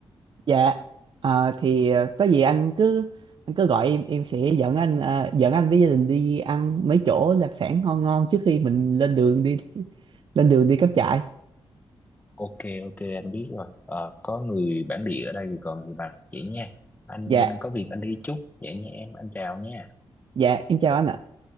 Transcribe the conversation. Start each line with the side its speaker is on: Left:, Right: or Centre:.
Right: dạ Ờ, thì ờ, có gì anh cứ anh cứ gọi em em sẽ dẫn anh ờ, dẫn anh với gia đình đi ăn mấy chỗ đặc sản ngon ngon trước khi mình lên đường đi lên đường đi cắm trại
Left: Ok, ok, anh biết rồi. Ờ, có người bản địa ở đây thì còn gì bằng. Vậy nha, anh
Right: dạ
Left: có việc anh đi chút. Vậy nha em, anh chào nha.
Right: dạ em chào anh ạ